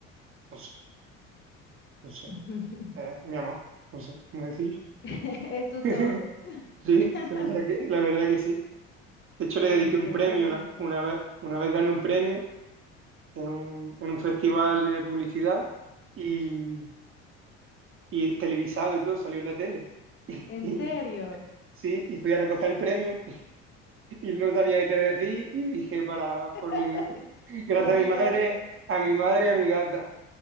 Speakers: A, on the right; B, on the left.
A: no sé, no sé,
B: <laughs>
A: es mi amor, no sé cómo decirlo.
B: <laughs> Es tu
A: <laughs>
B: todo.
A: Sí,
B: <laughs>
A: la verdad que, la verdad que sí. De hecho,
B: Oye,
A: le dediqué un
B: qué
A: premio,
B: bueno
A: una,
B: eso.
A: una vez, una vez gané un premio en un, en un festival de publicidad y, y televisado y todo, salió en la tele. <laughs>
B: En
A: Y,
B: serio,
A: y sí, y fui a recoger el premio y no sabía qué decir y dije para, por
B: <laughs>
A: mi, gracias
B: por mi
A: a mi madre,
B: gata.
A: a mi madre y a mi gata